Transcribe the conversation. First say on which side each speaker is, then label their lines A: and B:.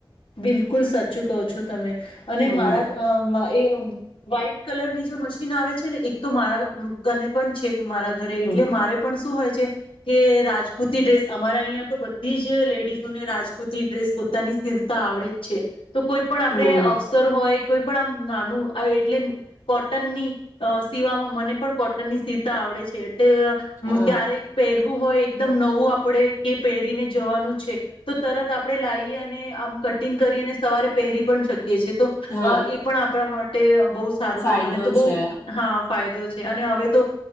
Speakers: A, on the left; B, on the left.
A: બિલકુલ સાચું કહો છો તમે અને
B: હમ
A: મારા એ વ્હાઈટ કલર ની જે મશ ન આવે છે ને એક તો મારા કને પણ છે મારા ઘરે
B: હમ
A: એટલે મારે પણ શું હોય છે કે રાજપૂતિ ડ્રેસ અમારા અહિયા તો બધી જ લેડીઝોને રાજપૂતી ડ્રેસ પોતાની સ તો આવડે જ છે. તો કોઈ પણ આપડે
B: હમ
A: અવસર હોય કોઈ પણ આમ નાનું એટલે કોટનની સીવામાં મને પણ કોટનની સીતા આવડે છે એટલે
B: હા
A: ક્યારેક પહેરવું હોય એકદમ નવું આપડે કે પહેરીને જવાનું છે તો તરત આપણે લાયએ અને આમ કટિંગ કરી અને સવારે પહેરી પણ શક છે તો
B: હા
A: એ પણ આપણા માટે તે બહ સારું
B: ફાયદો
A: મને તો બઉ
B: છે
A: હા ફાયદો છે. અને હવે તો